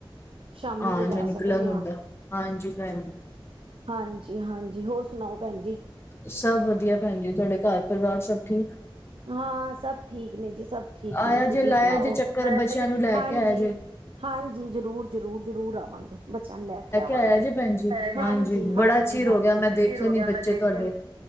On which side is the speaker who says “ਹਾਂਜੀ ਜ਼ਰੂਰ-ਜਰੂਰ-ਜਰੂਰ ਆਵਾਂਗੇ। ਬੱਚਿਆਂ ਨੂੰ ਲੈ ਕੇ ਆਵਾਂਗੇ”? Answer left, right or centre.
Right